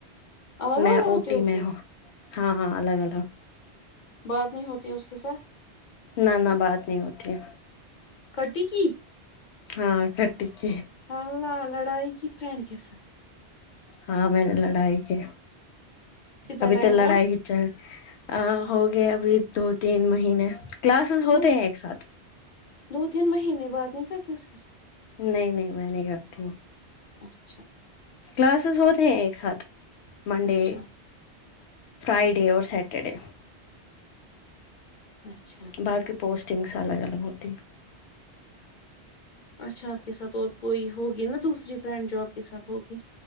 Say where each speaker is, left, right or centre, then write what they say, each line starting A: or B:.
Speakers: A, on the left; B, on the left.
A: الگ
B: میں
A: الگ
B: او
A: ہوتے
B: ٹی
A: ہو
B: میں
A: پھر
B: ہوں ہاں ہاں الگ الگ
A: بات نہیں ہوتی ہے اسکے سا تھ
B: نہ نہ بات نہیں ہوتی ہے
A: کٹی کی
B: ہاں کٹی کی
A: اللہ لڑائی کی فرینڈ کے ساتھ
B: ہاں میں نے لڑائی کے
A: کتنا
B: ابھی
A: ٹائم
B: تو
A: ہوا
B: لڑائی چل ا ہو گیا ابھی دو تین مہینے کلاسز ہوتے
A: دو
B: ہیں ایک ساتھ
A: دو تین مہینے بات نہیں کرتی اس کے ساتھ
B: نہیں نہیں میں نہیں کرتی ہوں
A: اچھا
B: کلاسز ہوتے ہیں ایک ساتھ منڈے
A: اچھا
B: فرائیڈے اور سیٹرڈے
A: اچھا
B: باقی پوسٹنگس الگ الگ ہوتی ہیں
A: اچھا آپ کے ساتھ اور کوئی ہوگی نا دوسری فرینڈ جو آپ کے ساتھ ہوگی